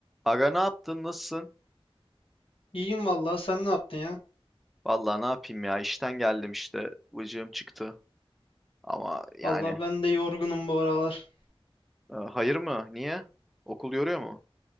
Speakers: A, in the centre; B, on the left.
A: Aga ne yaptın? Nasılsın?
B: İyiyim valla sen ne yaptın ya?
A: Vallahi ne yapayım ya? İşten geldim işte. Vıcığım çıktı. Ama yani
B: Allah ben de yorgunum bu aralar.
A: e, hayır mı? Niye? Okul yoruyor mu?